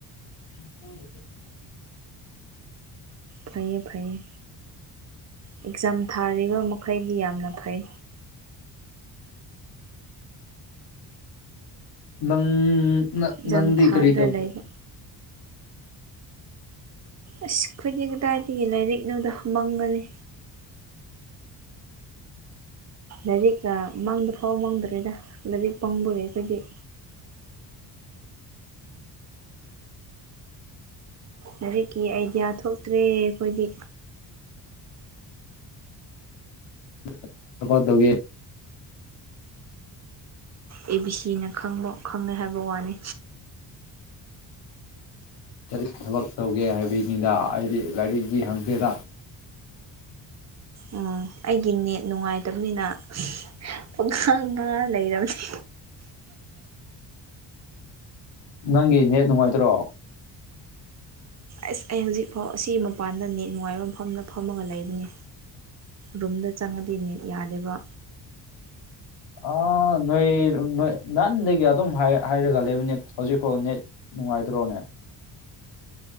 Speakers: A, on the left; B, on the right.
A: <unintelligible>
B: ꯐꯩꯌꯦ ꯐꯩꯌꯦ ꯑꯦꯛꯖꯥꯝ ꯊꯥꯔꯤꯕ ꯃꯈꯩꯗꯤ ꯌꯥꯝꯅ ꯐꯩ
A: ꯅꯪꯪ
B: ꯑꯦꯛꯖꯥꯝ
A: ꯅꯪꯗꯤ
B: ꯊꯥꯗ꯭ꯔ
A: ꯀꯔꯤ ꯇꯧꯒꯦ
B: ꯂꯩꯕ ꯑꯁ ꯈꯣꯏꯗꯤ ꯀꯗꯥꯏꯗꯒꯤ ꯂꯥꯏꯔꯤꯛ ꯅꯣꯗ ꯃꯝꯒꯅꯤ ꯂꯥꯏꯔꯤꯛꯀꯥ ꯃꯪꯡꯗ ꯐꯥꯎꯕ ꯃꯥꯡꯗ꯭ꯔꯦꯗ ꯂꯥꯏꯔꯤꯛ ꯄꯪꯕꯒꯤ ꯑꯩꯈꯣꯏꯗꯤ ꯂꯥꯏꯔꯤꯛꯀꯤ ꯑꯥꯏꯗꯤꯌꯥ ꯊꯣꯛꯇ꯭ꯔꯦ ꯑꯩꯈꯣꯏꯗꯤ
A: <unintelligible>
B: ꯑꯦ ꯕꯤ ꯁꯤ ꯅ ꯈꯪꯕ ꯈꯪꯅꯩ ꯍꯥꯏꯕ ꯋꯥꯅꯤ
A: ꯀꯔꯤ ꯊꯕꯛ ꯇꯧꯒꯦ ꯍꯥꯏꯕꯩꯅꯤꯗ ꯑꯩꯗꯤ ꯂꯥꯏꯔꯤꯛꯒꯤ ꯍꯪꯗꯦꯗ
B: ꯎꯝ ꯑꯩꯒꯤ ꯅꯦꯠ ꯅꯨꯡꯉꯥꯏꯇꯕꯅꯤꯅ ꯄꯪ ꯉꯥꯡ ꯉꯥꯡ ꯂꯩꯔꯕꯅꯤ
A: ꯅꯪꯒꯤ ꯅꯦꯠ ꯅꯨꯡꯉꯥꯏꯇ꯭ꯔꯣ
B: ꯑꯁ ꯑꯩ ꯍꯧꯖꯤꯛꯐꯥꯎ ꯑꯁꯤ ꯃꯄꯥꯟꯗ ꯅꯦꯠ ꯅꯨꯡꯉꯥꯏꯕ ꯃꯐꯝꯗ ꯐꯝꯃꯒ ꯂꯩꯕꯅꯤ ꯔꯨꯝꯗ ꯆꯪꯉꯗꯤ ꯅꯤꯠ ꯌꯥꯗꯦꯕ
A: ꯑꯥ ꯅꯣꯏ ꯅꯣꯏ ꯅꯍꯥꯟꯗꯒꯤ ꯑꯗꯨꯝ ꯍꯥꯏꯔꯒ ꯂꯩꯕꯅꯦ ꯍꯧꯖꯤꯛꯐꯥꯎ ꯅꯦꯠ ꯅꯨꯡꯉꯥꯏꯇ꯭ꯔꯣꯅꯦ